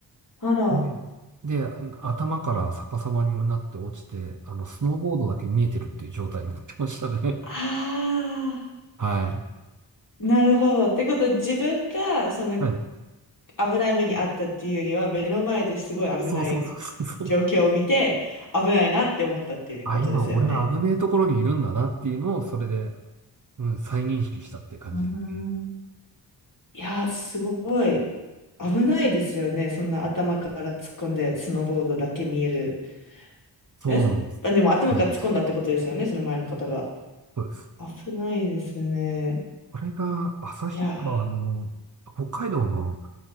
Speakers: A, on the left; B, on the right.
A: あら。
B: で、で頭から逆さまになって落ちて、あの、スノーボードだけ見えてるっていう状態になってましたね。
A: ああ、
B: <laughs> はい。
A: なるほど。ってことは自分がその
B: はい。
A: 危ない目に遭ったっていうよりは、目の前ですごい危ない
B: そうそうそうそう。
A: 状況を見て、危ないなって思ったっていうことですよね。
B: あ、今俺は危ねえところにいるんだなっていうのを、それで、うん、再認識したって感じですね。
A: うん、いやー、すごい。危ないですよね。そんな頭から突っ込んで、スノーボードだけ見える。
B: そうなんです。
A: え、まあでも頭から突っ込んだってことですよね、
B: うん、
A: その前の方が。
B: そうです。
A: 危ないですね。
B: あれが、旭川の、
A: いやー、
B: 北海道の、